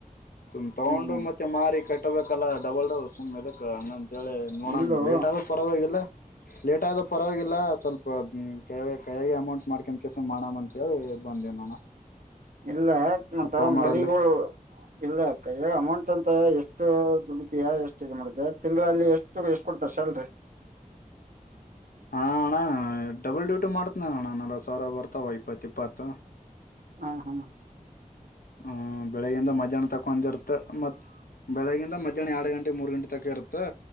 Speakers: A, on the left (about 90°); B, on the right (about 70°).
A: ಸುಮ್ ತಗೊಂಡು
B: ಹ್ಮ್
A: ಮತ್ತೆ ಮಾರಿ ಕಟ್ಟ ಬೇಕಲ್ಲ ಡಬಲ್ ಡಬಲ್ ಸುಮಾ ಎದಕ ಕೇಳಿ ನೋಡೋಣ
B: ಇಲ್ಲೋ
A: ಲೇಟ್ ಆಗೆ ಪರವಾಗಿೆಲ್ಲ ಲೇಟ್ ಆದ ಪರವಾಗಿಲ್ಲ ಸ್ವಲ್ಪ ಕೈಯಗ ಅಮೌಂಟ್ ಮಾಡ್ಕನ್ ಕೆಸ ಮಾಡಮ ಅಂತೇಳಿ ಬಂದೇನೋಣ
B: ಇಲ್ಲ ಯ ಮತ್ತ
A: ಅಪ್ಪ ಅಮ್ಮರಲ್ಲಿ
B: ಮರಿಗುಳು. ಇಲ್ಲ ಅಕ್ಕಯ ಅಮೌಂಟ್ ಅಂತ ಎಷ್ಟು ದುಡಿತಯಾ ಎಷ್ಟು ಇ ಮಾಡತ ತಿಂಗಳಲ್ಲಿ ಎಷ್ಟು ಎಷ್ಟ ಕೊಡ್ತಾರೆ ಸ್ಯಾಲ್ರಿ
A: ಹಾ ಅಣ್ಣ ಬಲ್ ಡ್ಯೂಟಿ ಮಾಡ್ತನ ಅಣ್ಣ ನಲ್ವ ಸಾವಿರ ಬರ್ತಾವ ಇಪ್ಪತ್ತು ಇಪ್ಪತ್ತು
B: ಹಾ ಹಾ
A: ಹ ಬೆಳಿಗಿಂದ ಮಧ್ಯಾಹ್ನ ತಗೊಂದಿರುತ್ತೆತ್ತತ್ ಬೆಳಿಗಿಂದ ಮಧ್ಯಾಹ್ನ ಎರಡು ಗಂಟೆ ಮೂರು ಗಂಟೆ ತಕ ಇರುತ್ತೆ